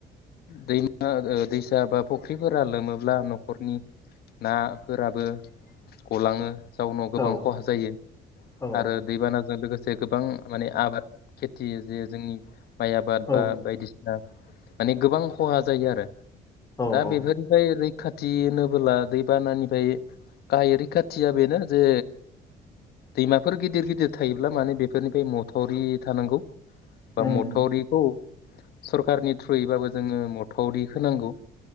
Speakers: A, on the left; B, on the left.
A: दैमा ओ दैसा बा फुख्रिफोरा लोमोब्ला न'खरनि नाफोराबो गलाङो। जाउनाव गोबां
B: औ
A: खहा जायो
B: औ
A: आरो दैबानाजों लोगोस से गोबां माने आबाद खेथि जे जोंनि माइ आबाद
B: औ
A: बा बायदिसि ना माने गोबां खहा जायो आरो
B: औ
A: दा
B: औ
A: बेफोरनिफ्राय रैख खाथि होनोबोला दैबानानिफ्राय गाहाय रैखाथिया बेनो जे दैमाफोर गिदिर गिदिर थायोब्ला माने बेफोरनिफ्राय मथ'रि थानांगौ।
B: उम
A: बा मथ'रिखौ सरकारनि थ्रुयैबाबो जोङो मथावरि होनांगौ।